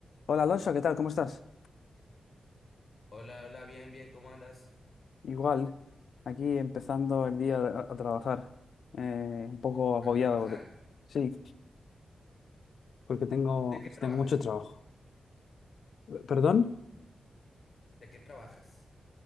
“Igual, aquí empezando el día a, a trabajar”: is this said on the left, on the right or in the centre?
Left